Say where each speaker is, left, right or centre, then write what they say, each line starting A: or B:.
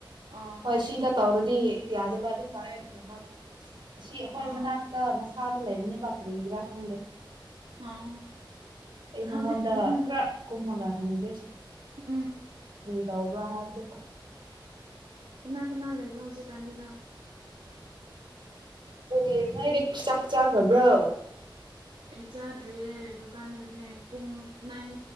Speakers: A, on the right; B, on the right.
A: ꯑꯣ
B: ꯍꯣꯏ
A: ꯑꯣ
B: ꯁꯤꯗ ꯇꯧꯔ ꯑꯗꯨꯗꯤ ꯌꯥꯗꯦꯕꯥ ꯑꯗꯨꯝ ꯄ ꯁꯅꯦ ꯍꯥꯏ ꯑꯁꯤ ꯑꯩꯈꯣꯏ
A: ꯑꯣ
B: ꯃꯅꯥꯛꯇ ꯁꯥꯗ ꯂꯩꯕꯅꯤꯕ ꯀꯔꯤꯒꯤꯔꯥ ꯈꯪꯗꯦ
A: ꯑꯣ
B: ꯑꯩ ꯃꯉꯣꯟꯗ
A: ꯍꯧꯖꯤꯛ ꯎꯝ
B: ꯈꯔ ꯀꯨꯝꯃꯒ ꯍꯟꯒꯦꯁꯨ
A: ꯎꯝ
B: ꯇꯎꯕ꯭ꯔꯥ ꯍꯥꯏꯗꯗꯣ
A: ꯀꯅꯥ ꯀꯅꯥ ꯂꯩꯕꯣ ꯍꯧꯖꯤꯛꯀꯥꯟꯒꯤꯅ
B: ꯑꯦ ꯉꯥꯏꯗꯤ ꯆꯥꯛ ꯆꯥꯈ꯭ꯔꯕ꯭ꯔꯣ
A: ꯑꯩ ꯆꯥꯗ꯭ꯔꯤꯌꯦ ꯗꯨꯀꯥꯟꯗꯅꯦ ꯄꯨꯡ ꯅꯥꯏꯟ